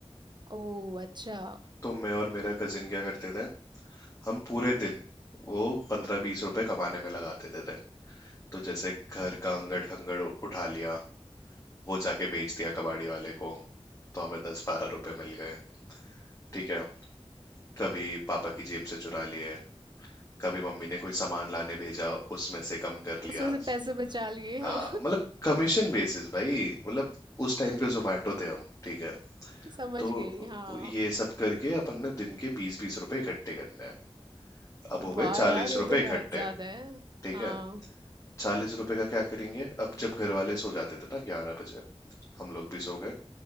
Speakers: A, on the right (about 45°); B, on the left (about 25°).
A: ओ अच्छा
B: तो मैं और मेरा कजिन क्या करते थे हम पूरे दिन वो पंद्रह बीस रुपए कमाने में लगा देते थे तो जैसे घर का अंगड़ खंगड़ उठा लिया वो जाके बेच दिया कबाड़ी वाले को तो हमें दस बारह रुपए मिल गए ठीक है कभी पापा की जेब से चुरा लिए कभी मम्मी ने कोई सामान लाने भेजा उसमें से कम कर लिया
A: उसमें से पैसे बचा लिए
B: आ,
A: हाँ
B: मतलब कमीशन बेसिस भाई मतलब उस टाइम के जोमेटो थे हम ठीक है
A: <laughs> समझ
B: तो
A: गई हाँ
B: ये सब करके अपन ने दिन के बीस बीस रुपए इकट्ठे करने हैं अब हो
A: वाह
B: गए चालीस
A: यार ये
B: रुपए
A: तो बहुत
B: इकट्ठे
A: ज्यादा है
B: ठीक
A: हाँ
B: है चालीस रुपए का क्या करेंगे अब जब घर वाले सो जाते थे ना ग्यारह बजे हम लोग भी सो गए